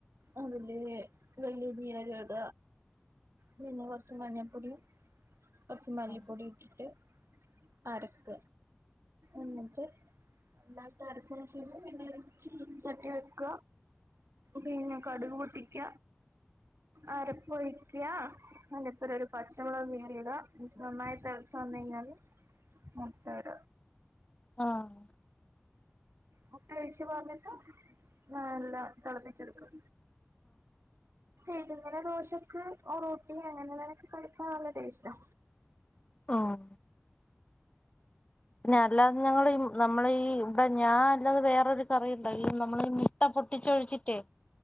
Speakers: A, on the right; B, on the left.
A: അതില്, വല്യ ജീരകട പിന്നെ കൊർച്ച് മഞ്ഞപ്പൊടിയും, കൊർച്ച് മല്ലിപ്പൊടി
B: ആ
A: ഇട്ടിട്ട് അരക്ക എന്നിട്ട്, നന്നായിട്ട് അരച്ചതിനേഷം പിന്നെ ചീൻചട്ടി വെക്ക, പിന്നെ കടുക് പൊട്ടിക്ക, അരപ്പൊഴിക്ക, അയ്ന്റെപ്പെരം ഒരു പച്ചമുളക് കീറിട നന്നായി തെൾച് വന്നു കഴിഞ്ഞാല്, മുട്ടട,
B: ആഹ്.
A: മുട്ട ഒഴിച്ചു പാർന്നിട്ട് നല്ല തിളപ്പിച്ചെടുക്കും. ഇത് വട ദോശക്ക്, ആഹ് ഒറോട്ടി അങ്ങനെള്ളനൊക്ക കഴിക്കാൻ നല്ല ടേസ്റ്റാ.
B: ആഹ്. പിന്നെ അല്ലാതെ ഞങ്ങളി നമ്മളീ ഇവിടെ ഞാൻ അല്ലാതെ വേറൊരു കറിണ്ടാക്കി നമ്മള ട്ട പൊട്ടിച്ചൊഴിച്ചിട്ടേ,